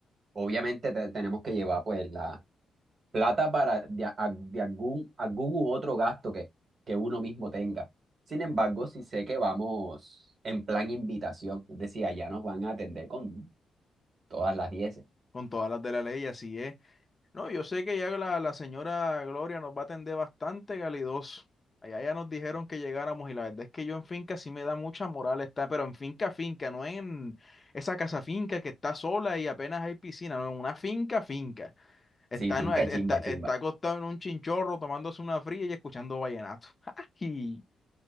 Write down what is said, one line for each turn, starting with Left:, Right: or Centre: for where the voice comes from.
Right: Obviamente te- tenemos que llevar pues la plata para de, a- de algún, algún u otro gasto que, que uno mismo tenga. Sin embargo, sí sé que vamos en plan invitación, es decir, allá nos van a atender con todas las 10.
Left: con todas las de la ley, así es. No, yo sé que ya la, la señora Gloria nos va a atender bastante calidoso. Allá ya nos dijeron que llegáramos y la verdad es que yo en finca sí me da mucha moral estar, pero en finca, finca, no en esa casa finca que está sola y apenas hay piscina, no, en una finca, finca. Está,
Right: Sí, finca
Left: en-
Right: chimba,
Left: está, está
Right: chimba.
Left: acostado en un chinchorro tomándose una fría y escuchando vallenato. <laughs> ¡Ay!